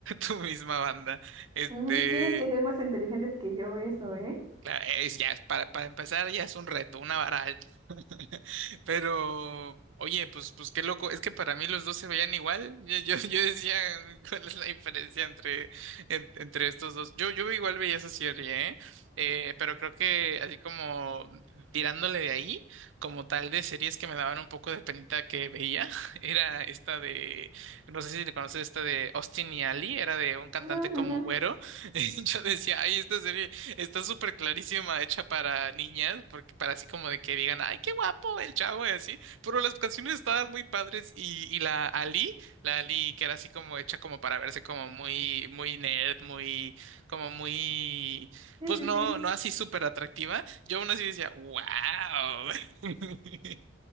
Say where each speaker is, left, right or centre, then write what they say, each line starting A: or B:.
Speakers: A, on the right; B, on the right.
A: tu misma banda. Este,
B: Ujú, Tienen que ser más inteligentes que yo, eso, ¿eh?
A: Claro, es, ya, es para, para empezar ya es un reto, una varal. <laughs> Pero, oye, pues, pues qué loco, es que para mí los dos se veían igual. Yo, yo, yo decía, <laughs> ¿cuál es la diferencia entre, en- entre estos dos? Yo, yo igual veía esa serie, ¿eh? Eh, pero creo que así como tirándole de ahí, como tal de series que me daban un poco de penita que veía, <laughs> era esta de, no sé si te conoces, esta de Austin y Ali, era de un cantante
B: Ujú.
A: como güero. <laughs> Y Yo decía, ay, esta serie. Está súper clarísima, hecha para niñas, porque para así como de que digan, ay, qué guapo el chavo y así, pero las canciones estaban muy padres y, y la Ali, la Ali que era así como hecha como para verse como muy, muy nerd, muy, como muy,
B: Sí,
A: pues
B: sí,
A: no,
B: sí.
A: no así súper atractiva, yo aún así decía, wow. <laughs>